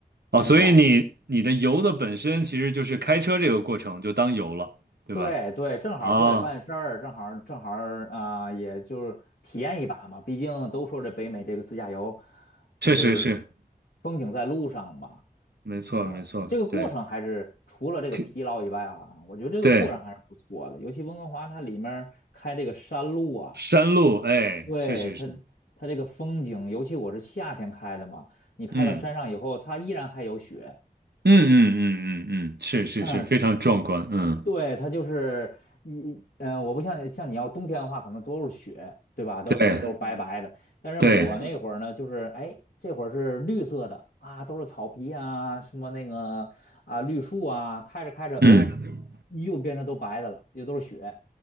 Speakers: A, on the right; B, on the left.
A: 哦，
B: 机票。
A: 所以你你的游的本身其实就是开车这个过程，就当游了，对吧？
B: 对对，正好说也办事儿，
A: 哦，
B: 正好正好啊、也就是体验一把嘛。毕竟都说这北美这个自驾游，就是
A: 确实是，
B: 风景在路上嘛。
A: 没错没错，
B: 嗯，这个过程还是除了这个疲劳以外啊，
A: 对，挺
B: 我觉得这个过程还是不错的。
A: 对，
B: 尤其温哥华它里面儿开这个山路啊，
A: 山路，哎，
B: 对它
A: 确实是，
B: 它这个风景，尤其我是夏天开的嘛，你开到山上以后，
A: 嗯
B: 它依然还有雪。
A: 嗯嗯嗯嗯嗯，是是是，
B: 嗯。
A: 非常壮观，嗯。
B: 对，它就是你，嗯，我不像像你要冬天的话，可能都是雪，对吧？都可能都是白白的。
A: 对
B: 但是我那会儿呢，
A: 对，
B: 就是哎，这会儿是绿色的啊，都是草皮啊，什么那个啊绿树啊，开着开着，
A: 嗯，
B: 哎，又变成都白的了，又都是雪。